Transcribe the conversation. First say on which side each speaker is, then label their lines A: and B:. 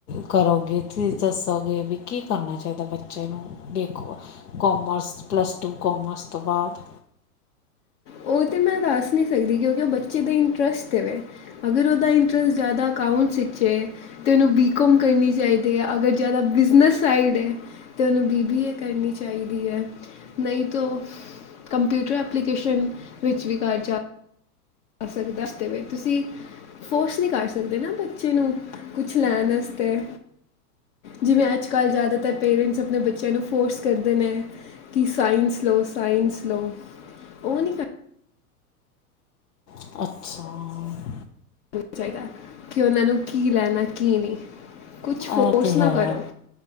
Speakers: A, on the left; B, on the left.
A: ਕਰੋਗੇ, ਤੇ ਦੱਸੋਗੇ ਵੀ ਕੀ ਕਰਨਾ ਚਾਈਦੈ ਬੱਚੇ ਨੂੰ? ਦੇਖੋ ਕੋਮਰਸ, ਪਲੱਸ ਟੂ ਕੋਮਰਸ ਤੋਂ ਬਾਦ।
B: ਔਈ ਤੇ ਮੈਂ ਦੱਸ ਨੀ ਸਕਦੀ ਕਿਉਂਕਿ ਓਹ ਬੱਚੇ ਦੇ ਇੰਟਰਸਟ ਤੇ ਵੇ। ਅਗਰ ਓਦਾ ਇੰਟਰਸਟ ਜਿਆਦਾ ਅਕਾਊਂਟਸ ਵਿਚ ਏ ਤੇ ਉਨੂੰ ਬੀਕੋਮ ਕਰਨੀ ਚਾਈਦੀ ਆ, ਅਗਰ ਜੈਦਾ ਬਿਜ਼ਨਸ ਸਾਈਡ ਏ ਤੇ ਉਨੂੰ ਬੀ ਬੀ ਏ ਕਰਨੀ ਚਾਈਦੀ ਐ ਨਹੀਂ ਤੋ ਕੰਪਿਊਟਰ ਐਪਲੀਕੇਸ਼ਨ ਵਿੱਚ ਵੀ ਕਰ ਜਾ ਆ ਸਕਦਾ ਤੇ ਵੇ ਤੁਸੀਂ ਫੋਰਸ ਨੀ ਕਰ ਸਕਦੇ ਨਾ ਬੱਚੇ ਨੂੰ ਕੁਛ ਲੈਣ ਅਸਤੇ। ਜਿਵੇਂ ਅੱਜ-ਕੱਲ੍ਹ ਜ਼ਿਆਦਾਤਰ ਪੇਰੈਂਟਸ ਅਪਣੇ ਬੱਚਿਆਂ ਨੂੰ ਫੋਰਸ ਕਰਦੇ ਨੇ। ਕਿ ਸਾਇੰਸ ਲੋ ਸਾਇੰਸ ਲੋ ਓ ਨੀ ਕਰ
A: ਅੱਛਾ।
B: ਜੋ ਚਾਈਦਾ ਕਿ ਓਨਾਂ ਨੂੰ ਕੀ ਲੈਣਾ ਕੀ ਨੀ ਕੁਛ
A: ਇਹ
B: ਫੋਰਸ
A: ਤੇ
B: ਨਾ
A: ਹੈ
B: ਕਰੋ।